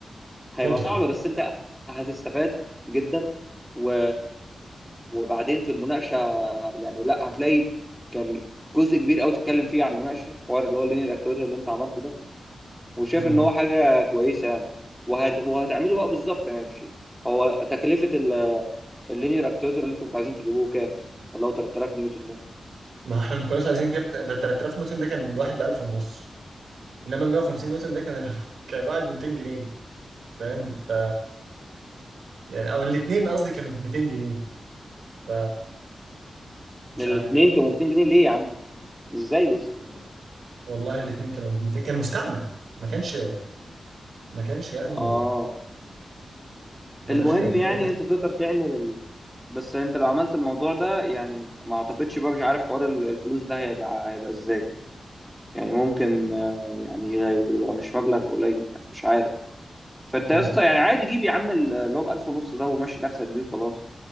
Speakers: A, in the centre; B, on the right.
A: هيبقى
B: مجهد
A: صعب بس انت هتستفاد جدا و... وبعدين في المناقشه يعني لا هتلاقي يعني جزء كبير قوي تتكلم فيه عن المناقشه حوار اللي هو اللينير اكتويتر اللي انت عملته ده وشايف
B: امم
A: ان هو حاجه كويسه يعني وهت... وهتعمله بقى بالظبط يعني مش هو تكلفه اللينير اكتويتر اللي انتوا كنتوا عايزين تجيبوه كام؟ اللي هو 3000 نيوتن ده
B: ما احنا ما كناش عايزين كده ده ال 3000 نيوتن ده كان الواحد ب 1000 ونص انما ال 150 نيوتن ده كان ال- <laughs> كان واحد ب 200 جنيه فاهم ف يعني او الاثنين قصدي كانوا ب 200 جنيه ف مش
A: الاثنين
B: عارف والله
A: كانوا 200 جنيه ليه يا عم؟ ازاي يا اسطى؟
B: والله الاثنين كانوا ب 200 كان مستعمل ما كانش ما كانش يعني
A: اه
B: ما
A: المهم
B: كناش جايبينه
A: يعني
B: هنا
A: انت تقدر تعمل بس انت لو عملت الموضوع ده يعني ما اعتقدش بقى مش عارف حوار ال- الفلوس ده هيبقى هيبقى ازاي يعني ممكن آه، يعني يبقى مش مبلغ قليل يعني مش عارف فانت يا
B: مم.
A: اسطى يعني عادي جيب يا عم ال- اللي هو ب 1000 ونص ده ومشي نفسك بيه وخلاص